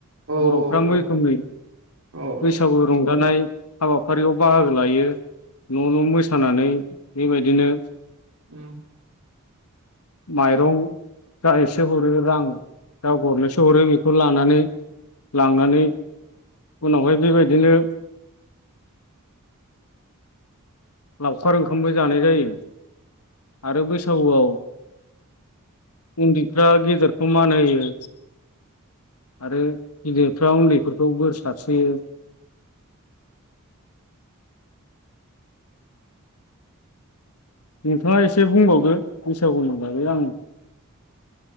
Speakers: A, on the right (about 70°); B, on the left (about 85°).
A: औ
B: बरफ्रा
A: औ
B: मैखोमै
A: औ औ
B: बैसागु रंजानाय हाबाफारियाव बाहागो लायो न' न' मोसानानै बेबायदिनो
A: उम
B: माइरं जा एसे हरो रां जा गरनैसो हरो बेखौ लानानै लांनानै उनावहाय बेबायदिनो लावखार ओंखामबो जानाय जायो आरो बैसागुआव उन्दैफ्रा गेदेरखौ मान होयो। आरो गिदिरफ्रा उन्दैफोरखौ बोर सारस्रियो। नोंथाङा एसे बुंबावदो बैसागुनि बागै आं।